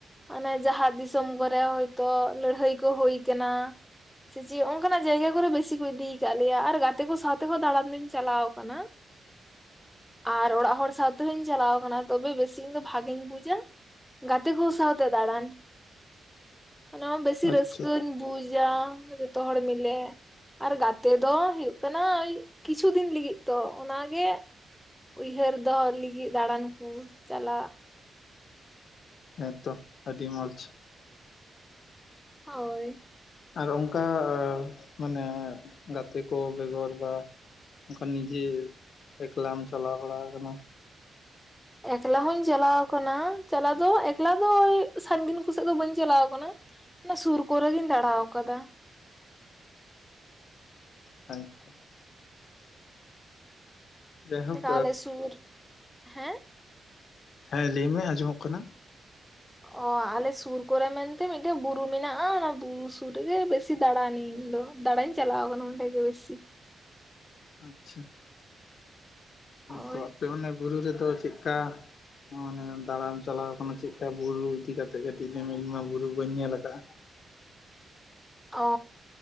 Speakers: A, in the centre; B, on the left (about 65°).
A: ᱚᱱᱮ ᱡᱟᱦᱟᱸ ᱫᱤᱥᱚᱢ ᱠᱚᱨᱮ ᱦᱳᱭᱛᱚ ᱞᱟᱹᱲᱦᱟᱹᱭ ᱠᱚ ᱦᱳᱭ ᱠᱟᱱᱟ, ᱥᱮᱪᱮ ᱚᱝᱠᱟᱱᱟᱜ ᱡᱟᱭᱜᱟ ᱠᱚᱨᱮ ᱵᱤᱥᱤ ᱠᱚ ᱤᱫᱤᱭ ᱠᱟᱜ ᱞᱮᱭᱟ, ᱟᱨ ᱜᱟᱛᱮ ᱠᱚ ᱥᱟᱶᱛᱮᱦᱚᱸ ᱫᱟᱬᱟᱱ ᱫᱩᱧ ᱪᱟᱞᱟᱣ ᱠᱟᱱᱟ ᱾ ᱟᱨ ᱚᱲᱟᱜ ᱦᱚᱲ ᱥᱟᱶᱛᱮᱦᱩᱧ ᱪᱟᱞᱟᱣ ᱟᱠᱟᱱᱟ, ᱛᱚᱵᱮ ᱵᱮᱥᱤ ᱤᱧ ᱫᱚ ᱵᱷᱟᱜᱤᱧ ᱵᱩᱡᱟ ᱜᱟᱛᱮ ᱠᱚ ᱥᱟᱶᱛᱮ ᱫᱟᱬᱟᱱ, ᱚᱱᱟ ᱵᱮᱥᱤ
B: ᱟᱪᱪᱷᱟ
A: ᱨᱟᱹᱥᱠᱟᱹᱧ ᱵᱩᱡ ᱡᱟ ᱡᱚᱛᱚ ᱦᱚᱲ ᱢᱤᱞᱮ ᱟᱨ ᱜᱟᱛᱮ ᱫᱚ ᱦᱩᱭᱩᱜ ᱠᱟᱱᱟ ᱳᱭ ᱠᱤᱪᱷᱩ ᱫᱤᱱ ᱞᱟᱹᱜᱤᱫ ᱛᱚ ᱾ ᱚᱱᱟᱜᱮ ᱩᱭᱦᱟᱹᱨ ᱫᱚᱦᱚ ᱞᱟᱹᱜᱤᱫ ᱫᱟᱬᱟᱱ ᱠᱚ ᱪᱟᱞᱟᱜ
B: ᱦᱮᱸ ᱛᱚ ᱟᱹᱰᱤ ᱢᱚᱡᱽ᱾
A: ᱦᱳᱭ᱾
B: ᱟᱨ ᱚᱱᱠᱟ ᱢᱟᱱᱮ ᱜᱟᱛᱮ ᱠᱚ ᱵᱮᱜᱚᱨ ᱫᱚ ᱚᱱᱠᱟ ᱱᱤᱡᱮ ᱮᱠᱞᱟᱢ ᱪᱟᱞᱟᱣ ᱵᱟᱲᱟ ᱠᱟᱱᱟ?
A: ᱮᱠᱞᱟ ᱦᱚᱸᱧ ᱪᱟᱞᱟᱣ ᱠᱟᱱᱟ ᱾ ᱪᱟᱞᱟᱣ ᱫᱚ ᱮᱠᱞᱟ ᱫᱚ ᱳᱭ ᱥᱟᱺᱜᱤᱧ ᱠᱚᱥᱮᱫ ᱫᱚ ᱵᱟᱹᱧ ᱪᱟᱞᱟᱣ ᱠᱟᱱᱟ ᱾ ᱚᱱᱟ ᱥᱩᱨ ᱠᱚᱨᱮ ᱜᱤᱧ ᱫᱟᱬᱟᱣ ᱠᱟᱫᱟ ᱾
B: ᱦᱩᱸ ᱦᱮ ᱛᱚ᱾ ᱡᱟᱭᱦᱳᱠ
A: ᱚᱱᱠᱟ ᱟᱞᱮ ᱥᱩᱨ ᱦᱮᱸ᱾
B: ᱦᱮᱸ ᱞᱟᱹᱭ ᱢᱮ ᱟᱸᱡᱚᱢᱚᱜ ᱠᱟᱱᱟ ᱾
A: ᱚᱻ ᱟᱞᱮ ᱥᱩᱨ ᱠᱚᱨᱮ ᱢᱮᱱᱛᱮ ᱢᱤᱫᱴᱮᱱ ᱵᱩᱨᱩ ᱢᱮᱱᱟᱜᱼᱟ ᱾ ᱚᱱᱟ ᱵᱩᱨᱩ ᱥᱩᱨ ᱨᱮᱜᱮ ᱵᱮᱥ ᱵᱮᱥᱤ ᱫᱟᱲᱟᱱᱟᱹᱧ ᱫᱚ ᱫᱟᱲᱟᱧ ᱪᱟᱞᱟᱣ ᱠᱟᱱᱟ ᱚᱸᱰᱮ ᱜᱮ ᱵᱮᱥᱤ᱾
B: ᱟᱪᱪᱷᱟ᱾ ᱦᱳᱭᱛᱚ
A: ᱦᱳᱭ
B: ᱟᱯᱮ ᱚᱱᱮ ᱵᱩᱨᱩ ᱨᱮᱫᱚ ᱪᱮᱫᱠᱟ? ᱚᱱᱮ ᱫᱟᱲᱟᱢ ᱪᱟᱞᱟᱣ ᱟᱠᱟᱱᱟ ᱪᱮᱫᱠᱟ ᱵᱩᱨᱩ ᱤᱫᱤ ᱠᱟᱛᱮᱜ ᱠᱟᱹᱴᱤᱡ ᱞᱟᱹᱭᱢᱮ ᱤᱧ ᱢᱟ ᱵᱩᱨᱩ ᱵᱟᱹᱧ ᱧᱮᱞ ᱠᱟᱜᱼᱟ ᱾
A: ᱚᱻ